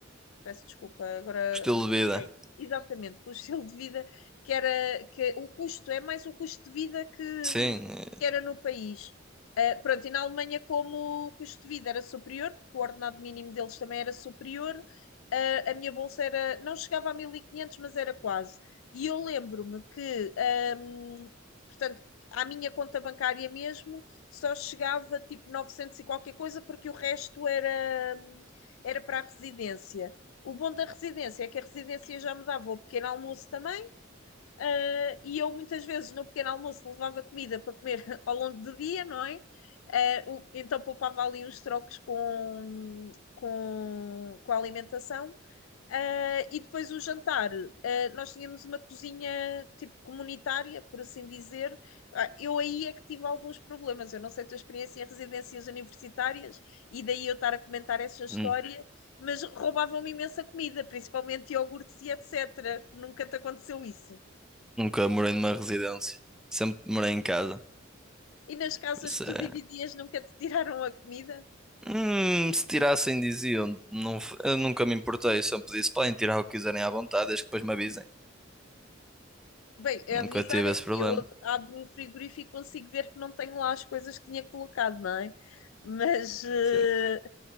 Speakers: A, on the left (about 85°); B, in the centre.
A: Peço desculpa, agora
B: Estilo
A: bloqueei.
B: de vida.
A: Exatamente, com o estilo de vida que era. Que, o custo, é mais o custo de vida que,
B: Sim, eh,
A: que era no país. Uh, pronto, e na Alemanha, como o custo de vida era superior, porque o ordenado mínimo deles também era superior, uh, a minha bolsa era, não chegava a 1500 mas era quase. E eu lembro-me que, um, portanto, à minha conta bancária mesmo, só chegava tipo 900 e qualquer coisa, porque o resto era, era para a residência. O bom da residência é que a residência já me dava o pequeno almoço também, ah, e eu muitas vezes no pequeno almoço levava comida para comer <laughs> ao longo do dia, não é? Ah, então poupava ali uns trocos com, com, com a alimentação ah, e depois o jantar, ah, nós tínhamos uma cozinha tipo comunitária, por assim dizer. Ah, eu aí é que tive alguns problemas. Eu não sei a tua experiência em residências universitárias e daí eu estar a comentar essa história,
B: nun-
A: mas roubavam-me imensa comida, principalmente iogurtes e etc. Nunca te aconteceu isso.
B: nunca morei numa residência. Sempre morei em casa.
A: E nas casas
B: Por Isso
A: que
B: é...
A: tu dividias, nunca te tiraram a comida?
B: Hum, se tirassem, diziam. Não, f- eu nunca me importei. Sempre disse, podem tirar o que quiserem à vontade, desde que depois me avisem.
A: Bem, é
B: Nunca
A: avisar
B: tive
A: é
B: esse
A: assim,
B: problema.
A: eu ab- abro o frigorífico e consigo ver que não tenho lá as coisas que tinha colocado, não é? Mas ah,
B: Sim.